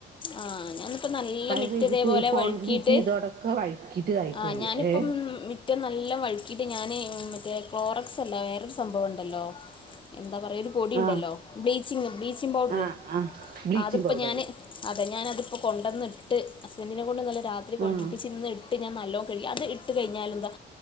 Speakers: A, on the left; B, on the right.
A: ആഹ് ഞാന്ന്. ഇപ്പം നല്ല മിറ്റതേപോലെ
B: പെയ്തിട്ട് കോൺക്രീറ്റ്
A: വഴുക്കിയിട്ട്
B: ഇതോടൊക്കെ വഴുക്കിട്ട് ആയിട്ട്
A: ആഹ് ഞാനിപ്പം
B: ഏ
A: മി റ്റം നല്ല വഴിക്കിയിട്ട് ഞാന് മറ്റേ ക്ലോറക്സ് അല്ല വേറൊരു സംഭവംണ്ടല്ലോ. എന്താ പറയ ഒരു പൊടിണ്ടല്ലോ
B: ആഹ്
A: ബ്ലീച്ചിങ് ബ്ലീച്ചിങ് പൗഡറ്
B: ആഹ് ആഹ് ബ്ലീച്ചിങ്
A: അത്പ്പ
B: പൗഡർ
A: ഞാന്. അത ഞാനത്പ്പൊ കൊണ്ടന്ന്ട്ട് ഹസ്ബൻഡിനെ കൊണ്ട് ഇന്നലെ രാത്രി കൊണ്ടര്പ്പിച്ച്
B: ആഹ്
A: ഇന്ന് ട്ട് ഞാൻ നല്ലോം കഴുകി അത് ഇട്ട് കഴിഞ്ഞാൽ എന്താ